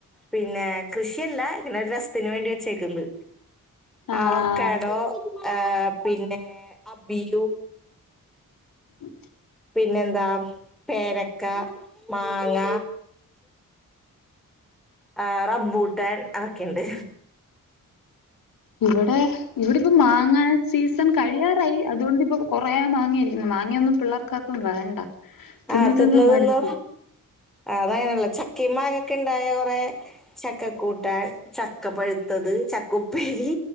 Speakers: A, in the centre; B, on the left.
A: പിന്നെ കൃഷിയല്ല ഇങ്ങനെ ഒരു രസത്തിന് വേണ്ടി വെച്ചേക്കുന്നത്
B: ആഹ്
A: അവക്കാടോ, ഏഹ് പിന്നെ അബിയു
B: ഉ <inaudible>
A: പിന്നെന്താ പേരക്ക, മാങ്ങ ആഹ് റംബ്ബൂട്ടാൻ അതൊക്കെണ്ട്
B: ഇവടെ ഇവിടെപ്പോ മാങ്ങാ സീസൺ കഴിയാറായി അതു കൊണ്ടിപ്പോ കൊറേ മാങ്ങയിരിക്കുന്നു മാങ്ങയൊന്നും പിള്ളേർക്കാർക്കും വേണ്ട തിന്ന്
A: ആഹ് തിന്നു
B: മടുത്ത്
A: തിന്ന് ആഹ് അതാണല്ലോ ചക്കേം മാങ്ങൊക്കെ ഇണ്ടായ കൊറെ ചക്കക്കൂട്ടാൻ ചക്ക പഴുത്തത് ചക്ക ഉപ്പേരി